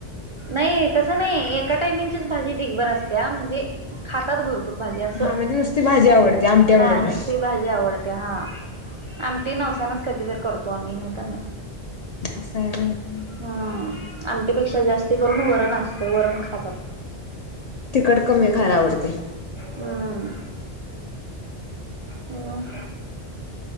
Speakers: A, on the right; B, on the left.
A: नाही तस नई, एका टाइमिंगचीच भाजी दिगभर असत्या म्हणजे खातात भरपूर भरपूर भाजी अस,
B: हा म्हणजे नुसती भाजी आवडते आमटी आवडत
A: हा नुसती
B: नाही
A: भाजी आवडते हा. आमटी नवसानच कधीतरी करतो आम्ही नाही तर नाही.
B: असाय व्हय.
A: हम्म आमटीपेक्षा जास्ती करून वरण असतं, वरण खातात.
B: तिकट कमी खायला आवडतय.
A: हम्म. मग.